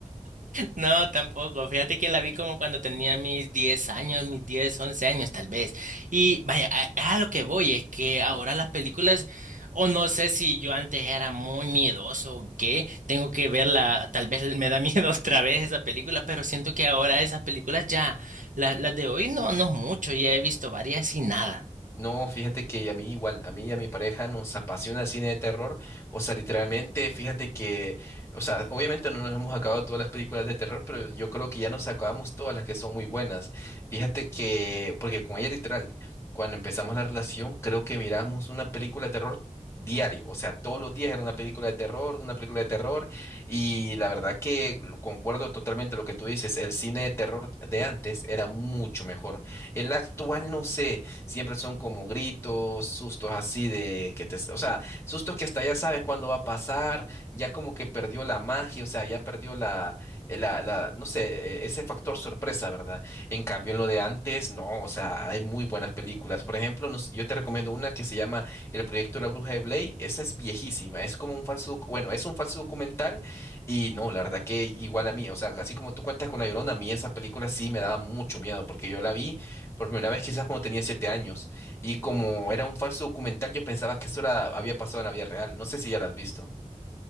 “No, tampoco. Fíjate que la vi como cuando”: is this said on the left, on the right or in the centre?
Right